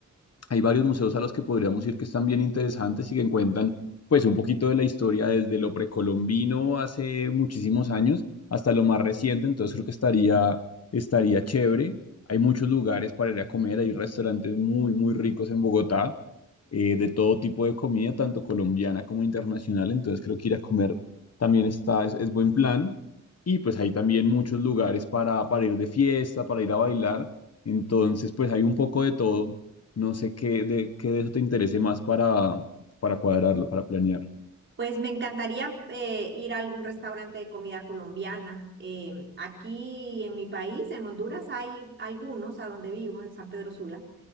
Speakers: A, on the left (about 55°); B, on the right (about 40°).
A: hay varios museos a los que podríamos ir que están bien interesantes y que cuentan pues un poquito de la historia desde lo precolombino hace muchísimos años hasta lo más reciente, entonces creo que estaría, estaría chévere. Hay muchos lugares para ir a comer, hay restaurantes muy, muy ricos en Bogotá, eh, de todo tipo de comida, tanto colombiana como internacional, entonces creo que ir a comer también está, es, es buen plan. Y pues hay también muchos lugares para, para ir de fiesta, para ir a bailar, entonces pues hay un poco de todo no sé qué de, qué de eso te interese más para, para cuadrarlo, para planear
B: Pues me encantaría eh, ir a algún restaurante de comida colombiana. Em, aquí en mi país, en Honduras, hay algunos a donde vivo, en San Pedro Sula,